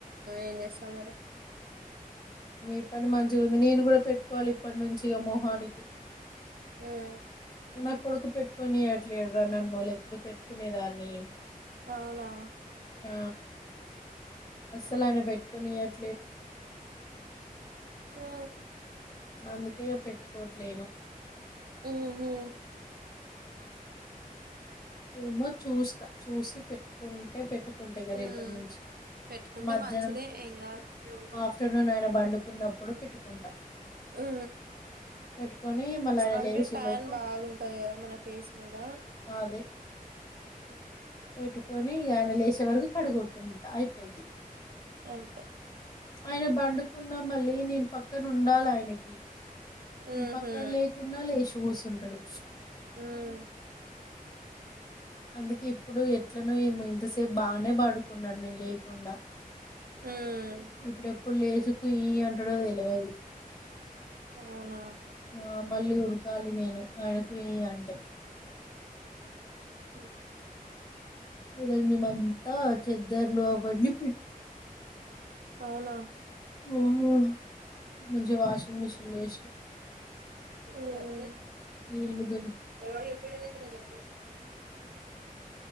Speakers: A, on the right; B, on the left.
A: ఏం చేస్తా మరి
B: మీ పని మంచిగ ఉంది నేను కూడా పెట్టుకోవాలి ఇప్పటి నుంచి మోహానికి
A: ఉమ్
B: ఇందాక కొడుకు పెట్టుకొని ఇయట్లేదు రా నన్ను లేకపోతే పెట్టుకునేదాన్ని
A: అవునా
B: ఆ అస్సలు ఆయన పెట్టుకొనియడ్
A: ఆ
B: అందుకే పెట్టు కోట్లేను
A: ఉహు
B: ఏమో చూస్తా చూసి పెట్టుకుంటే పెట్టుకుంటా ఇగ
A: ఉమ్
B: రేపటి నుంచి
A: పెట్టుకుంటే
B: మధ్యాహ్నం
A: మంచిదే ఏం కాదు
B: ఆఫ్టర్నూన్ అయి బండుకు కున్నప్పుడు పెట్టుకుంటా
A: ఊ
B: పెట్టుకొని మళ్ళీ ఆయన
A: అంటే
B: లేచే
A: ట్యాన్
B: లోపు
A: బాగుంటది కదా మన ఫేస్ మీద
B: అదే
A: ఓ
B: పెట్టుకొని ఇగ ఆయన లేచే వరకు కడుగుతుంట అయిపోద్ది
A: అంతే
B: ఆయన బండుకున్నా మళ్ళీ నేను పక్కనుండాలి ఆయనకి నేను
A: ఉహు
B: పక్కన లేకున్నా లేచిపో కూసుంటడు
A: ఊమ్
B: అందుకే ఇప్పుడు ఎట్లనో ఏం ఇంతసేపు బాగానే బడుకున్నడు నేను లేకుండా
A: ఉమ్
B: ఇప్పుడుప్పు ఇప్పుడు లేసుకు ఈ అంటడు తెల్వదు
A: అవున
B: ఆ మళ్ళీ ఉరకాలి నేను ఆయనకు ఈ అంటే
A: హుమ్
B: ఈ రోజు మేమంతా చెద్దర్లు అవడ్ని
A: అవున
B: ఓహో మంచిగా వాషింగ్ మిషిన్లో వేసినాం
A: ఉమ్
B: ఈ ఇళ్లు దిన్
A: ఎవరు ఎవడు ఇప్పుడేందకునా